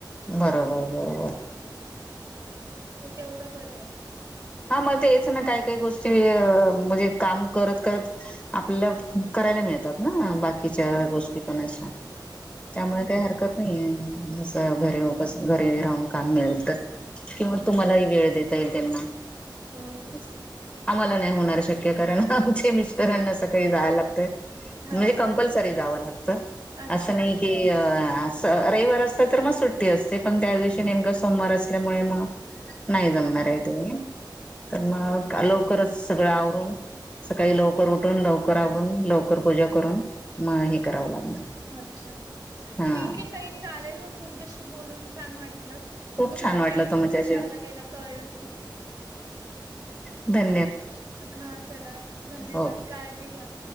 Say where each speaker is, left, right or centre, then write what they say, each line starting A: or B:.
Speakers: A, on the left (about 15°); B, on the right (about 50°).
A: बरोबर बरोबर.
B: तर तेवढं बरं आहे.
A: हा मग तेच ना काही काही गोष्टी म्हणजे काम करत करत आपल्याला कराय मिळतात ना बाकीच्या
B: हम्म
A: गोष्टी पण अशा त्यामुळे
B: हम्म
A: काही हरकत नाही. घरी घरी राहून काम मिळेल तर किंवा
B: हम्म
A: तुम्हालाही वेळ देत. देता येईल त्यांना
B: हो
A: असं आम्हाला नाही होणार शक्य कारण आमच्या मिस्टरांना सकाळी जायला लागतं.
B: हा
A: म्हणजे कंपल्सरी जावं लागतं
B: अच्छा
A: असं नाही की रविवार असता तर मग सुट्टी असते पण त्या दिवशी नेमका सोमवार असल्यामुळे मग नाही जमणार
B: हा
A: ते. तर मग
B: हा
A: लवकरच सगळं आवरून सकाळी लवकर उठून लवकर आवरून लवकर पूजा करून मग हे करावं लागणार
B: अच्छा
A: हा
B: ठीक आहे ताई चालेल मग तुमच्याशी बोलून छान वाटलं
A: खूप
B: बघा
A: छान वाटलं
B: टाइम
A: तुमच्याशी
B: कुठं चालला गेला कळलंच नाही
A: बर
B: हा चला धन्यवाद
A: ओके
B: काळजी घ्या